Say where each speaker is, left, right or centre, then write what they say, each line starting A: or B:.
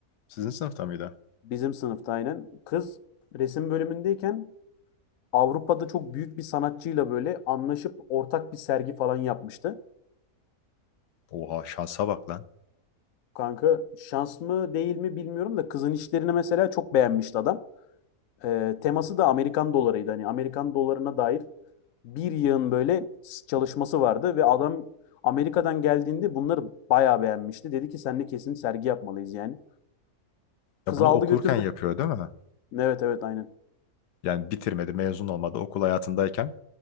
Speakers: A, on the left; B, on the left.
A: Sizin sınıfta mıydı?
B: Bizim sınıfta aynen. Kız resim bölümündeyken Avrupa'da çok büyük bir sanatçıyla böyle anlaşıp ortak bir sergi falan yapmıştı.
A: Oha şansa bak lan.
B: Kanka şans mı değil mi bilmiyorum da kızın işlerini mesela çok beğenmişti adam. Ee, teması da Amerikan dolarıydı. Hani Amerikan dolarına dair bir yığın böyle çalışması vardı ve adam Amerika'dan geldiğinde bunları bayağı beğenmişti. Dedi ki seninle kesin sergi yapmalıyız yani. Kız
A: Ya bunu
B: aldı
A: okurken
B: götürdü.
A: yapıyor değil mi?
B: Evet evet aynen.
A: Yani bitirmedi, mezun olmadı okul hayatındayken.